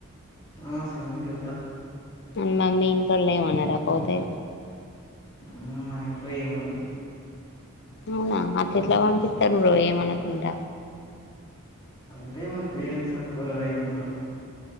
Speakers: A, on the left (about 20°); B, on the left (about 55°).
A: ఆ స్విమ్మింగ్ కెళ్తా
B: మమ్మామ్మి ఇంట్లోళ్లెం ఏమనరా పోతే
A: ఉ మా ఇంట్లో ఏమనరు
B: అవునా అట్లేట్ల పంపిత్తరు బ్రో ఏమనకుంట
A: అంటే మ పేరెంట్స్ ఎక్కువ ఏమనరు